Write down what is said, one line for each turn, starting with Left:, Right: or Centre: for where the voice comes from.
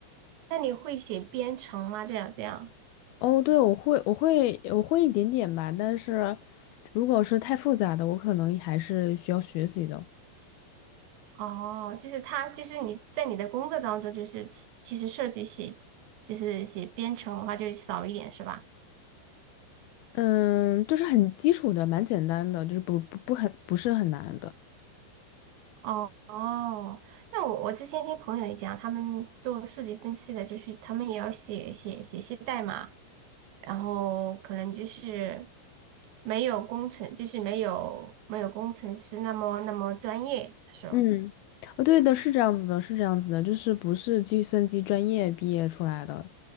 Right: 那你会写编程吗？这样这样。
Left: 哦，对，我会，我会，我会一点点吧，但是如果是太复杂的，我可能还是需要学习的。
Right: 哦，就是他就是你在你的工作当中，就是其实设计写，就是写编程的话，就少一点是吧？
Left: 嗯，就是很基础的，蛮简单的，就是不不不很不是很难的。
Right: 哦哦，那我我之前听朋友也讲，他们做数据分析的，就是他们也要写写写一些代码。然后可能就是没有工程，就是没有没有工程师那么那么专业。他说，
Left: 嗯，哦，对的，是这样子的，是这样子的，就是不是计算机专业毕业出来的。